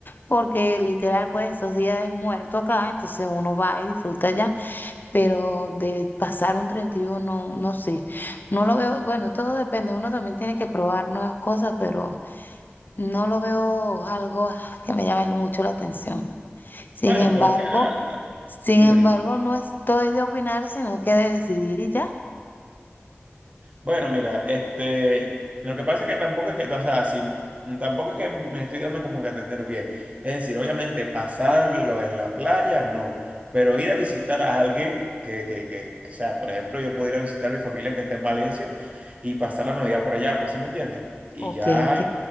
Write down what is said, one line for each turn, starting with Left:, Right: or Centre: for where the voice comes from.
Left: porque literal, pues esos días es muerto acá, entonces uno va y disfruta allá pero de pasar un 31 no, no sé, no lo veo, bueno, todo depende, uno también tiene que probar nuevas cosas, pero no lo veo algo que me llame mucho la atención. Sin
Right: Bueno,
Left: embargo,
Right: pero es que, ah,
Left: sin
Right: dime,
Left: embargo,
Right: dime.
Left: no estoy de opinar, sino que de decidir y ya.
Right: Bueno, mira, este, lo que pasa es que tampoco es que, o sea, si, tampoco es que me estoy dando como que a entender bien. Es decir, obviamente pasarlo en la playa, no, pero ir a visitar a alguien que, que, que, que, o sea, por ejemplo, yo puedo ir a visitar a mi familia que está en Valencia y pasar la Navidad por allá, pues sí me entiendes. Y
Left: Ok,
Right: ya,
Left: ok.